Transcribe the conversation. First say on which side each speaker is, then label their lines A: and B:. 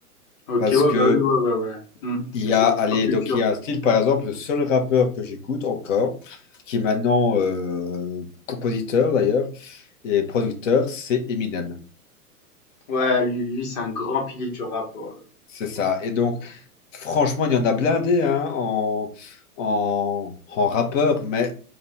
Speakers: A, on the left; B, on the left.
A: OK,
B: Parce
A: ouais,
B: que
A: bah oui, ouais, ouais, ouais. Mmh, c'est
B: il y
A: c'est
B: a, allez,
A: pop culture.
B: donc il y a un style, par exemple, le seul rappeur que j'écoute encore, qui est maintenant euh, compositeur d'ailleurs et producteur, c'est Eminem.
A: Ouais, lui, lui c'est un grand pilier du rap. Ouais,
B: C'est ça. Et donc, franchement, il y en a blindé hein, en, en, en rappeur, mais